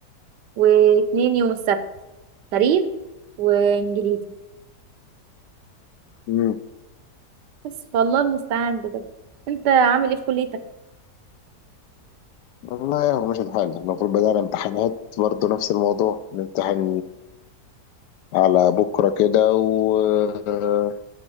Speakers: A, on the right (about 85°); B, on the left (about 85°).
A: واتنين يوم السبت تاريخ وانجليزي
B: امم
A: بس والله المستعان بجد انت عامل ايه في كليتك
B: والله يا مش الحال المفروض بدأنا امتحانات برضو نفس الموضوع نمتحن على بكره كده وهنقعد